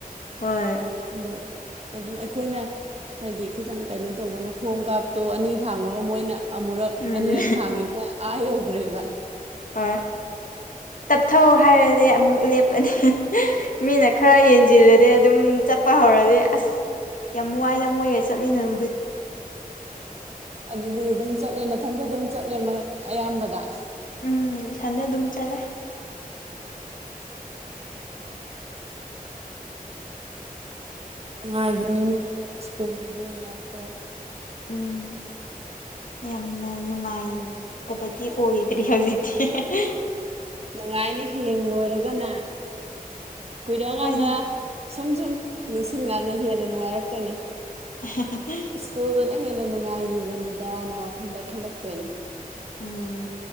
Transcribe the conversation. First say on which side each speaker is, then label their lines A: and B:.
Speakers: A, on the left; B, on the right.
A: ꯍꯣꯏ
B: ꯑꯗꯣ ꯑꯗꯨꯝ ꯑꯩꯈꯣꯏꯅ ꯍꯥꯏꯗꯤ ꯈꯤꯇꯪ ꯀꯩꯅꯣ ꯇꯧꯕꯅ ꯈꯣꯡ ꯀꯥꯞꯇꯣ ꯑꯅꯤ ꯊꯥꯡꯕꯒ ꯃꯣꯏꯅ ꯑꯃꯨꯔꯛ
A: ꯎꯝ
B: ꯑꯅꯤꯔꯛ ꯊꯥꯡꯈꯤꯕꯅ ꯑꯥ ꯌꯧꯒ꯭ꯔꯦꯕ
A: ꯍꯣꯏ ꯇꯞꯊꯧ ꯍꯥꯏꯔꯗꯤ ꯑꯃꯨꯛ ꯂꯦꯞꯄꯅꯤ ꯃꯤꯅ ꯈꯔ ꯌꯦꯟꯁꯤꯜꯂꯗꯤ ꯑꯗꯨꯝ ꯆꯠꯄ ꯍꯧꯔꯗꯤ ꯑꯁ ꯌꯥꯝ ꯋꯥꯏꯗ ꯃꯣꯏꯒ ꯆꯠꯃꯤꯟꯅꯕꯗꯤ
B: ꯑꯗꯨꯗꯤ ꯑꯗꯨꯝ ꯆꯠꯂꯦ ꯃꯊꯟꯗ ꯑꯗꯨꯝ ꯆꯠꯂꯦ ꯃꯔꯛ ꯑꯌꯥꯝꯕꯗ
A: ꯎꯝ ꯏꯊꯟꯗ ꯑꯗꯨꯝ ꯆꯠꯂꯦ
B: ꯅꯨꯡꯉꯥꯏꯕꯅꯤꯅꯦ ꯁ꯭ꯀꯨꯜꯗꯨꯗꯤ ꯅꯨꯡꯉꯥꯏꯀꯣ
A: ꯎꯝ ꯌꯥꯝꯅ ꯅꯨꯡꯉꯥꯏꯇꯕꯗꯤ ꯑꯣꯏꯗ꯭ꯔꯤ ꯍꯧꯖꯤꯛꯇꯤ ꯍꯤ ꯍꯤ ꯍꯤ
B: ꯅꯨꯡꯉꯥꯏꯅꯤ ꯍꯌꯦꯡ ꯂꯣꯏꯔꯒꯅ ꯀꯨꯏꯔꯛ ꯑꯀꯥꯟꯗ
A: ꯍꯣꯏꯅꯦ
B: ꯁꯨꯝ ꯁꯨꯝ ꯅꯤꯡꯁꯤꯡꯉꯒꯥ ꯍꯦꯟꯅ ꯅꯨꯡꯉꯥꯏꯔꯛꯇꯣꯏꯅꯦ
A: <unintelligible>
B: ꯁ꯭ꯀꯨꯜꯗꯨꯅ ꯍꯦꯟꯅ ꯅꯨꯡꯉꯥꯏꯈꯤꯕꯅꯤꯗꯅ ꯋꯥꯈꯟꯗ ꯈꯜꯂꯛꯇꯣꯏꯅꯤ
A: ꯎꯝ